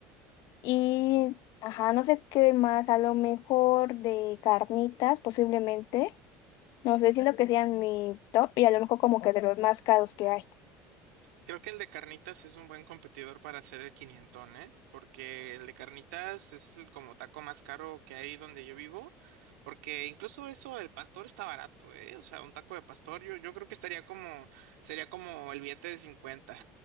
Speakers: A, on the left; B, on the right.
A: y ajá, no sé qué más, a lo mejor de carnitas posiblemente, no sé, siento que sean mi top y a lo mejor como que de los más caros que hay.
B: Creo que el de carnitas es un buen competidor para hacer el quinientón, ¿eh? Porque el de carnitas es el como taco más caro que hay donde yo vivo, porque incluso eso, el pastor está barato, ¿eh? O sea, un taco de pastor yo, yo creo que estaría como, sería como el billete de 50.